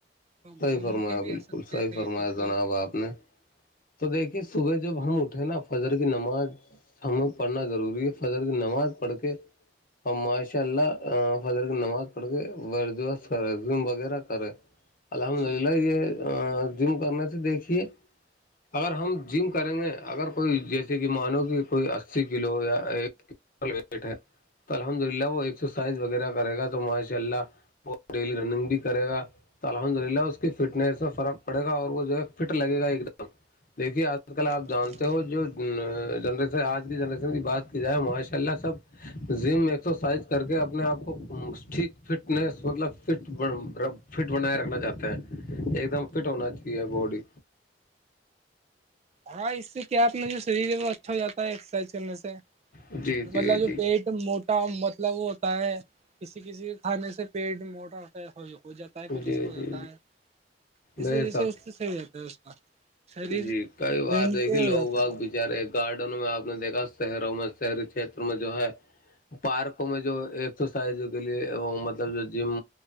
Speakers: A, on the right (about 35°); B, on the left (about 50°).
A: اور
B: صحیح
A: گھوم
B: فرمایا
A: کے بھی
B: بالکل
A: آ سکتے
B: صحیح
A: ہیں کہیں
B: فرمایا
A: پر بھی
B: جناب آپ نے تو دیکھیے صبح جب ہم اٹھے نا فجر کی نماز ہمیں پڑھنا ضروری ہے فضل کی نماز پڑھ کے اور ماشاء اللہ فضر کی نماز پڑھ کے ورجوش کرے زم وغیرہ کرے الحمد
A: جی
B: للہ یہ جم کرنے سے دیکھیے اگر ہم جم کریں گے اگر کوئی جیسے کہ مانو کہ کوئی اسی کلو یا وٹ ہے تو الحمد للہ وہ ایک اسرسائز وغیرہ کرے گا تو ماشاء اللہ ڈیلی رننگ بھی کرے گا تو الحمد للہ اس فٹنس میں فرق پڑے گا اور وہ جو ہے فٹ لگے گا ایک دم دیکھیے آد آج کل آپ
A: جی
B: جانتے ہو جو جنریشن آج کی جنریشن کی بات کی جائے ماشاء اللہ سب جم ایکسرسائز کر کے اپنے آپ کو ٹھیک فٹنیس مطلب فٹ ر فٹ بنائے رکھنا چاہتے ہیں ایک دم فٹ ہونا چاہیے باڈی
A: ہاں اس سے کیا اپنا جو شریر ہے وہ اچھا ہو جاتا ہے ایکسرسائز کرنے سے
B: جی جی
A: مطلب جو
B: جی
A: پیٹ موٹا مطلب وہ ہوتا ہے کسی کسی کے کھانے سے پیٹ موٹا خ ہو جاتا ہے کچھ
B: جی
A: ایسا ہو جاتا
B: جی
A: ہے اس
B: بے
A: وجہ
B: شک
A: سے اس سے صحیح ہو جاتا ہے اس کا شریر
B: جی کئی بار
A: مینٹین
B: دیکھیے
A: ہو
B: لوگ
A: جاتا
B: باگ
A: ہے
B: یارے گارڈن میں آپ نے دیکھا شہروں میں شہری چھیر میں جو ہے پارکوں میں جو ایکسرسائز کے لیے وہ مطلب جو جم